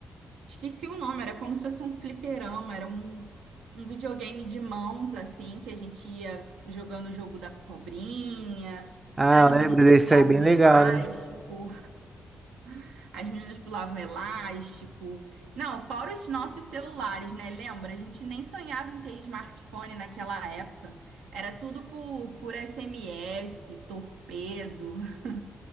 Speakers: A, on the right (about 80°); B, on the right (about 25°).
A: Esqueci o nome, era como se fosse um fliperama, era um, um videogame de mãos, assim, que a gente ia f- jogando o jogo da cobrinha,
B: Ah,
A: as
B: eu
A: meninas
B: lembro desse
A: pulavam
B: aí, bem legal,
A: elástico,
B: né?
A: <laughs> as meninas pulavam elástico. Não, fora os nossos celulares, né? Lembra? A gente nem sonhava em ter smartphone naquela época. Era tudo por, por SMS, torpedo, <laughs>